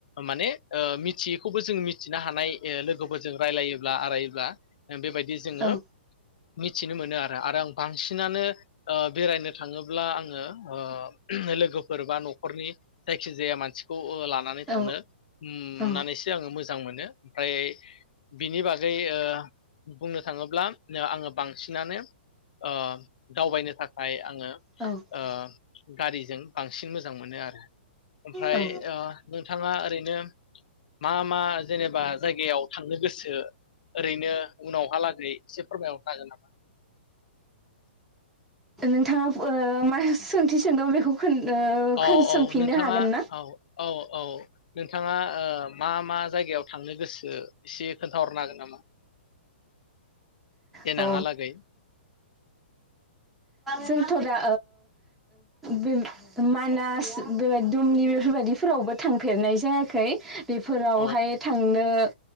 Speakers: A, on the left; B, in the centre.
A: माने ओ मिथियैखौबो जो मिथिनो हानाय ओ लोगोफोरजों रायलायोब्ला आरायोब्ला ओ बेबायदि जोङो
B: औ
A: मिथिनो मोनोआरो आरो आं बांसिनानो ओ बेरायनो थाङोब्ला आङो ओ लोगो फ फोर बा न'खरनि जायखि जाया मानसिखौ लानानै
B: औ
A: थांनोनानैसो उम
B: औ
A: नानैसो आं मोज मोजां मोनो ओमफ्राय बिनि बागै ओ बुंनो थाङोब्ला आङो बांसिनानो ओ दावबायनो थाखाय आङो
B: औ
A: ओ गारिजों बांसिन मोजां मोनोआरो ओमफ्राय
B: औ
A: ओ नोंथाङा ओरैनो मा मा जेनेबा जायगायाव थांनो गोसो ओरैनो उनावहालागै एसे फोरमायहरनो हागोन नामा
B: नोंथाङा ओ मा सोंथि सोंदों बेखौ खोन ओ
A: औ
B: खोन सोंफिननो
A: औ नोंथाङा
B: हागोन ना?
A: औ औ। औ नोंथाङा ओ मा मा जायगायाव थांनो गोसो एसे खोन्थाहरनो हागोन नामा? देनाङा
B: अ
A: लागै।
B: जोंथ' ओ दा बे मानास बे दुमनि बेफोर बायदिफोरावबो थांफेरनाय जायाखै। बेफोरावहाय
A: औ
B: थांनो ओ